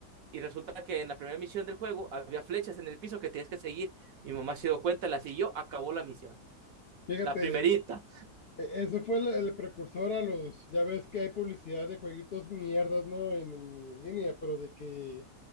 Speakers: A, on the right (about 60°); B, on the left (about 50°).
A: Y resulta que en la primera misión del juego había flechas en el piso que tienes que seguir. Mi mamá se dio cuenta, las siguió, acabó la misión.
B: Fíjate,
A: La primerita.
B: E- Eso fue el, el precursor a los, ya ves que hay publicidad de jueguitos mierdas, ¿no? En, en- línea, pero de que